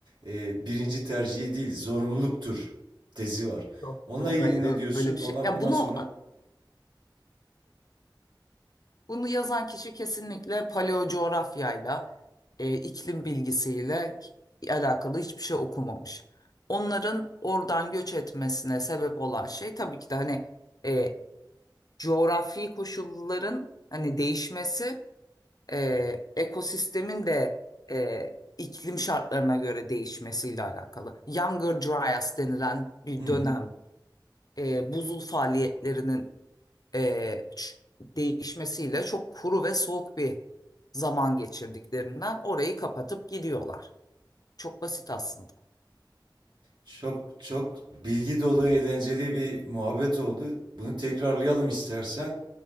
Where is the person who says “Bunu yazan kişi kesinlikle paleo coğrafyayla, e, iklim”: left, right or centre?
Left